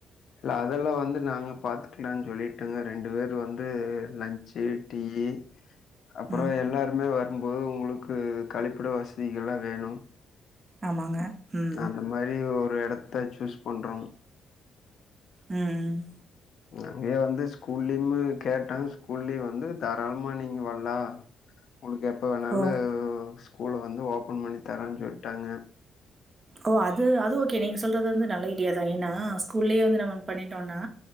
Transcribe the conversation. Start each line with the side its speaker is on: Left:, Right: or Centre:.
Left: இல்ல அதெல்லா வந்து நாங்க பாத்துக்கலான் சொல்லிட்டங்க ரெண்டு பேரு வந்து லன்ச்சு டீயி அப்றோ
Right: ம்.
Left: எல்லாருமே வரும்போது உங்ளுக்கு கழிப்பட வசதிகள்லா வேணு
Right: ஆமாங்க ம்.
Left: அந்த மாரி ஒரு இடத்த சூஸ் பண்றோ
Right: ம்
Left: அங்கேயே வந்து ஸ்கூல்லயுமு கேட்டாங் ஸ்கூல்லயு வந்து தாராளமா நீங் வர்லா உங்ளுக்கு எப்போ வேணாலு
Right: ஓ!
Left: ஸ்கூல வந்து ஓப்பன் பண்ணி தரோனு சொல்ட்டாங்க
Right: ஓ அது அது ஓகே நீங்க சொல்றது வந்து நல்ல ஐடியா தா ஏனா ஸ்கூல்லயே வந்து நம்ம பண்ணிட்டோனா